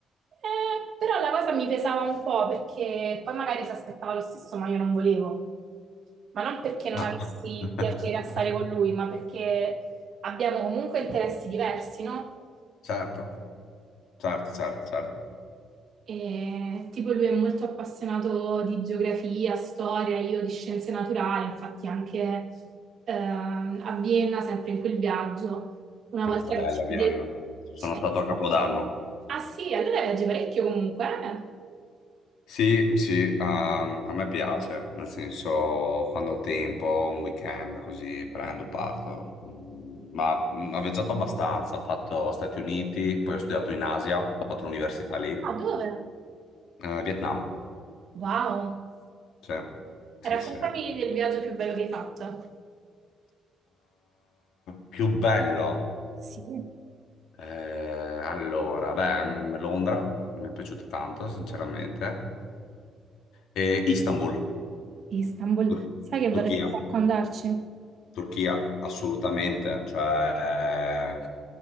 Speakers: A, on the right (about 55°); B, on the left (about 80°).
A: Eh, però la cosa mi pesava un po' perché poi magari si aspettava lo stesso, ma io non volevo. Ma non perché non
B: Ah.
A: avessi
B: <laughs>
A: piacere a stare con lui, ma perché abbiamo comunque interessi diversi, no?
B: Certo, certo, certo, certo.
A: E, tipo lui è molto appassionato di geografia, storia, io di scienze naturali, infatti anche ehm, a Vienna, sempre in quel viaggio, una volta
B: Ah, bella
A: che ci
B: Vienna.
A: vide... eh,
B: Sono
A: sì.
B: stato a Capodanno.
A: Ah sì, allora viaggi parecchio comunque, eh?
B: Sì, sì, a a me piace, nel senso quando ho tempo, un weekend così prendo, parto. Mm, Ma mm, ho viaggiato abbastanza, ho fatto Stati Uniti, poi ho studiato in Asia, ho fatto l'università lì.
A: Ah, dove?
B: Eh, Vietnam,
A: Wow!
B: sì, sì,
A: E Raccontami
B: sì. Eh,
A: del viaggio più bello che hai fatto.
B: più bello.
A: Sì,
B: Eh, allora, beh, mm, Londra, mi è piaciuto tanto, sinceramente. E Istanbul,
A: Istanbul.
B: Tur-
A: Sai che
B: Turchia,
A: vorrei un sacco andarci?
B: Turchia, assolutamente. Cioè,